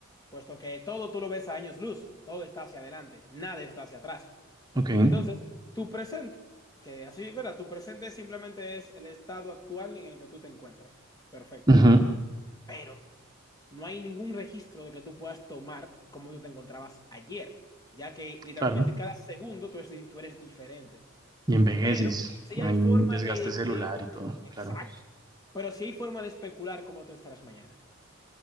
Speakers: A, on the left; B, on the right.
A: Puesto que todo tú lo ves a años luz, todo está hacia adelante, nada está hacia atrás.
B: ok,
A: Entonces, tu presente, que así, ¿verdad? Tu presente simplemente es el estado actual en el que tú te encuentras. Perfecto.
B: ujú,
A: pero no hay ningún registro de que tú puedas tomar como tú te encontrabas ayer, ya que literalmente
B: claro.
A: cada segundo tú eres, tú eres diferente.
B: Y envejeces,
A: Pero si hay
B: hay
A: forma
B: un desgaste
A: de...
B: celular
A: sí hay for-
B: y todo,
A: exacto.
B: claro.
A: Pero si hay forma de especular cómo tú estarás mañana.